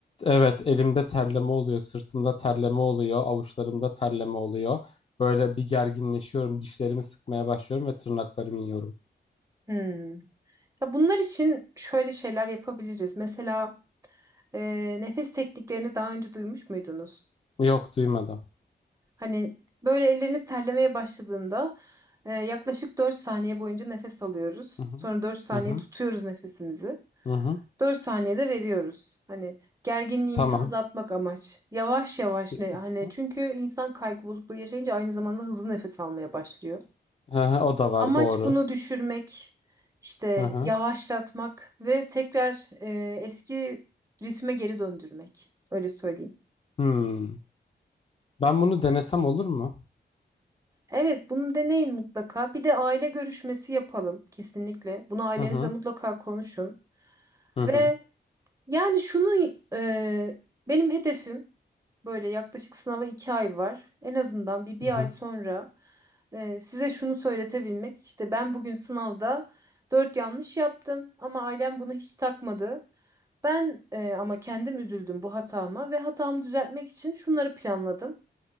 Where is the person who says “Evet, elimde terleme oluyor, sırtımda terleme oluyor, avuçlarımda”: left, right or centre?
Left